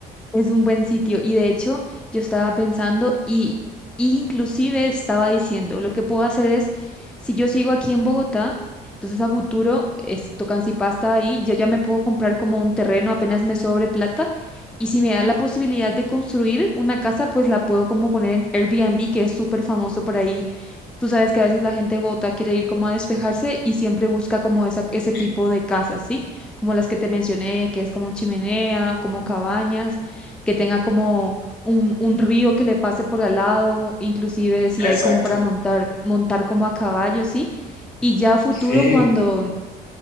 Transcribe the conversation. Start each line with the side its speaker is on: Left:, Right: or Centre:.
Centre: Es un buen sitio y de hecho yo estaba pensando y, y inclusive estaba diciendo, lo que puedo hacer es, si yo sigo aquí en Bogotá, entonces a futuro es Tocancipasta ahí, yo ya me puedo comprar como un terreno apenas me sobre plata y si me da la posibilidad de construir una casa, pues la puedo como poner en Airbnb, que es súper famoso por ahí Tú sabes que a veces la gente de Bogotá quiere ir como a despejarse y siempre busca como esa, ese tipo
Left: Sí,
Centre: de casas, ¿sí? Como las que te mencioné, que es como chimenea, como cabañas, que tenga como un, un río que le pase por al lado, inclusive si
Left: Exacto,
Centre: hay como para montar, montar como a caballo, ¿sí? Y ya a futuro,
Left: sí.
Centre: cuando,